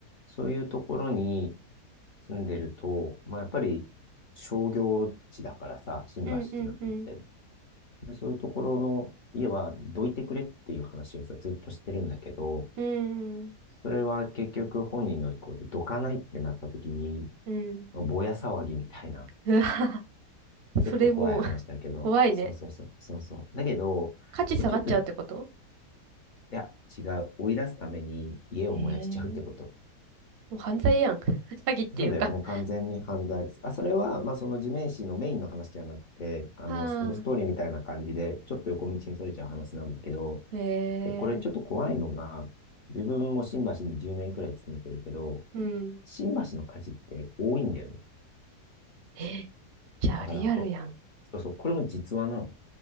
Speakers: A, on the left (about 50°); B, on the right (about 60°).
A: そういうところに住んでると、まあ、やっぱり商業地だからさ、新橋なんて、
B: うん、うん、うん、
A: でそういうところの家はどいてくれっていう話をさ、ずっとしてるんだけど、
B: うん、
A: それは結局本人の意向でどかないってなった時に、
B: うん。
A: まあぼや騒ぎみたいな、
B: う <laughs> わ、それもう
A: ちょっと怖い話だけど、
B: <laughs> 怖いね。
A: そうそうそう、そうそう。だけど、
B: 価値下がっちゃうってこと
A: これちょっと、いや、違う。追い出すために家を燃やしちゃうってこと。
B: ええもう犯罪やん。<laughs> 詐欺っていうか。
A: そうだよ。もう完全に犯罪。
B: <laughs>
A: あ、それは、まあ、その地面師のメインの話じゃなくて、あの、
B: ああ、
A: サブストーリーみたいな感じで、ちょっと横道にそれちゃう話なんだけど、
B: ええ
A: で、これちょっと怖いのが、自分も新橋に10年くらい勤めてるけど、
B: うん。
A: 新橋の火事って多いんだよね。
B: え、じゃあリアルやん。
A: だからこ、そうそう、これも実話なの。